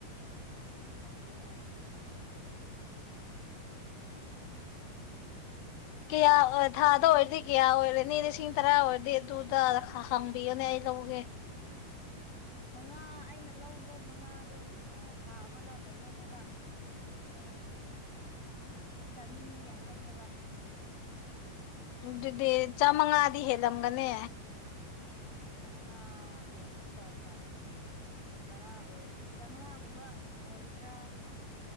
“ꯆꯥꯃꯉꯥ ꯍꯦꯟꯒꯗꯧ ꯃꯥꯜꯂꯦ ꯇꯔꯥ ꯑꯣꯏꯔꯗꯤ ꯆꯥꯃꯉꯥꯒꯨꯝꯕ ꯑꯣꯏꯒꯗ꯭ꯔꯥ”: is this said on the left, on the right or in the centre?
Left